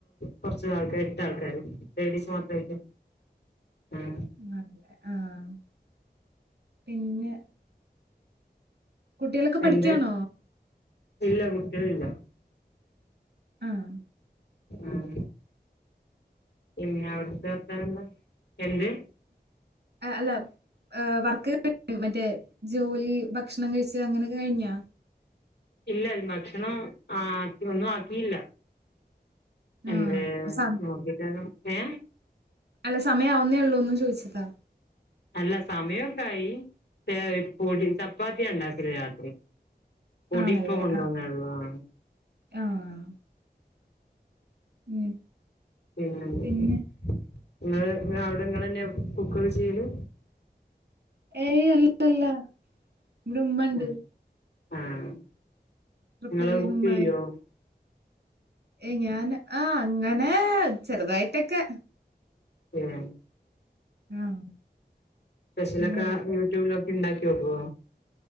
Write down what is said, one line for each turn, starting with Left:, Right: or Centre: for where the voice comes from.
Left: കൊറച്ചാൾ എട്ടാൾക്കാര് ലേഡീസ് മാത്രായിട്ട് ആഹ്
Right: അങ്ങനെ ആഹ് പിന്നെ കുട്ടികളൊക്കെ പഠിക്കാണോ?
Left: എന്ത് ഇല്ല കുട്ടികളില്ല
Right: ആഹ്
Left: ആഹ് പിന്നെ അവിടുത്തെ വർത്താനെന്താ എന്ത്‌
Right: ഏഹ് അല്ല ഏഹ് വർക്ക്കഴിഞ്ഞാ മറ്റേ ജോലി ഭക്ഷണം കഴിച്ച് അങ്ങനെയൊക്കെ കഴിഞ്ഞോ
Left: ഇല്ല ഭക്ഷണം ആക്കി ഒന്നു ആക്കിയില്ല എന്തേ
Right: ആഹ് സം
Left: നോക്കിട്ടാക്കണം ഏഹ്
Right: അല്ല സമയമാവുന്നേയുള്ളൂന്ന് ചോയിച്ചതാ
Left: അല്ല സമയൊക്കായി പിന്നെ പൊടി ചപ്പാത്തിയാണ്ടാക്കല് രാത്രി പൊടിപ്പൊ
Right: ആണല്ലേ
Left: കൊണ്ട്
Right: ആഹ്
Left: വന്നതേയൊള്ളൂ ആഹ്
Right: ആഹ് ഉം
Left: പിന്നെ എന്തൊക്കെയാ
Right: പിന്നെ
Left: ഇങ്ങള് അവിടെ ഇങ്ങളെന്നെയാ കുക്കൊക്കെ ചെയ്യല്
Right: ഏയ് അല്ലല്ല ഇവിടെ ഉമ്മണ്ട്
Left: ഉം ആഹ്
Right: പ്രിപ്പയർ
Left: ഇങ്ങള്
Right: ചെയ്യുന്ന
Left: കുക്കെയ്യോ
Right: ഉമ്മായ ഏയ് ഞാന് ആഹ് അങ്ങനെ ചെറുതായിട്ടൊക്കെ
Left: ഏഹ്
Right: ആഹ്
Left: സ്പെഷ്യലൊക്കെ
Right: ഉമ്മയാ പ്രിപ്പയർ
Left: യൂട്യൂബിലോക്കി ഇണ്ടാക്കി നോക്കോ